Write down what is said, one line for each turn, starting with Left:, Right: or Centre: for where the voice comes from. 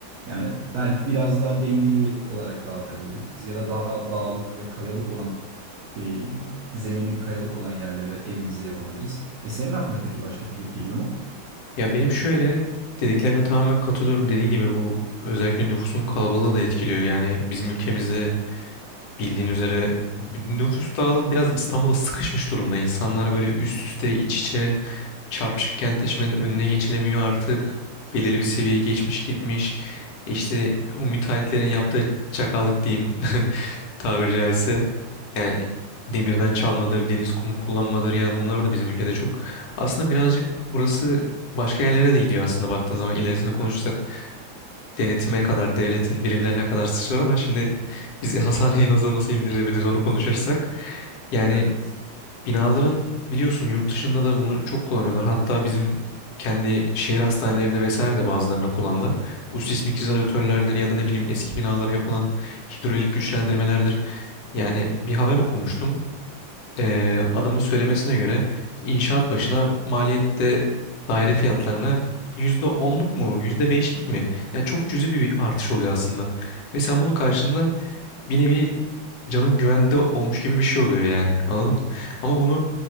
Right: Yani belki biraz daha dengeli olarak dağıtabiliriz ya da daha dağlık ve kayalık olan e, zemini kayalık olan yerlere evimizi yapabiliriz. E, senin aklına peki başka fikir geliyor mu?
Left: Ya benim şöyle dediklerine tamamen katılıyorum. Dediğin gibi bu özellikle nüfusun kalabalığı da etkiliyor. Yani bizim ülkemizde bildiğin üzere nüfus dağılım biraz İstanbul'a sıkışmış durumda. İnsanlar böyle üst üste iç içe Çarpışık kentleşmenin önüne geçilemiyor artık. Belirli bir seviyeye geçmiş gitmiş. İşte o müteahhitlerin yaptığı çakallık diyeyim <laughs> tabiri caizse. Yani demirden çalmadır, deniz kumu kullanmadır. Yani bunlar da bizim ülkede çok. Aslında birazcık burası başka yerlere de gidiyor aslında baktığın zaman. ilerisini konuşursak denetime kadar, devletin birimlerine kadar sıçrar ama şimdi bizi <laughs> Hasane'yi nasıl nasıl indirebiliriz onu konuşursak. Yani
Right: Evet.
Left: Binaların biliyorsun yurt dışında da bunu çok kullanıyorlar. Hatta bizim kendi şehir hastanelerinde vesaire de bazılarında kullanırlar. Bu sismik izolatörlerdir ya da ne bileyim eski binalara yapılan hidrolik güçlendirmelerdir. Yani bir haber okumuştum. Ee, adamın söylemesine göre inşaat başına maliyette daire fiyatlarına yüzde onluk mu yüzde beşlik mi? Yani çok cüzi bir bir artış oluyor aslında. Ve sen bunun karşılığında bir nevi canın güvende olmuş gibi bir şey oluyor yani. Anladın mı? Ama bunu